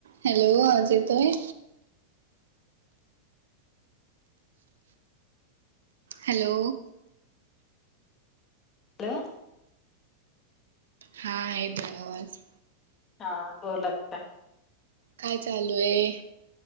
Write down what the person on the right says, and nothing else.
Hello Ajit hi hello
हा आहे दरवाज..
काय चालू आहे?